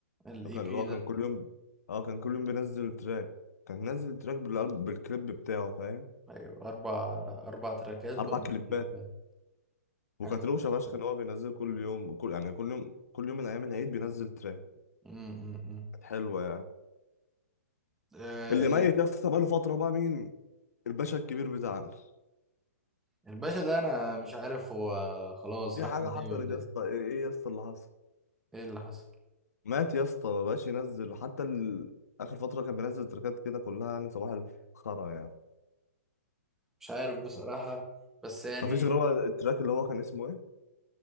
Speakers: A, in the centre; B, on the left.
A: الاي
B: هو كان
A: بي
B: اللي هو
A: ده
B: كان كل يوم اه كان كل يوم بينزل تراك كان نازل تراك بالألب... بالكليب بتاعه فاهم
A: ايوه اربع اربع تراكات بابلو
B: أربع كليبات
A: كليبات
B: وكانت
A: حاجه متخصصة.
B: روشة فشخ ان هو بينزل كل يوم كل يعني كل يوم كل يوم من أيام العيد بينزل تراك
A: أمم، أمم، أمم.
B: كانت حلوة يعني
A: آه،
B: اللي
A: ال-
B: ميت يا اسطى بقاله فترة بقى مين الباشا الكبير بتاعنا
A: الباشا ده انا مش عارف هو خلاص
B: في
A: راح
B: حاجة
A: عليه
B: حصلت
A: ولا
B: يا
A: ايه
B: اسطى ايه إيه يا اسطى اللي حصل
A: ايه اللي حصل
B: مات يا اسطى ما بقاش ينزل حتى ال... اخر فتره كان بينزل تراكات كده كلها يعني صباح الخرا يعني
A: مش عارف بصراحه بس يعني
B: ما فيش غير هو التراك اللي هو كان اسمه ايه